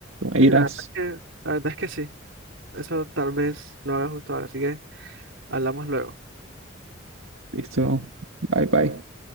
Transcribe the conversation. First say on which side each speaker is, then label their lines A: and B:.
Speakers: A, on the right; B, on the right.
A: irás,
B: Sí, la verdad es que, la verdad es que sí. Eso tal vez lo haga justo ahora, así que hablamos luego.
A: listo, bye bye.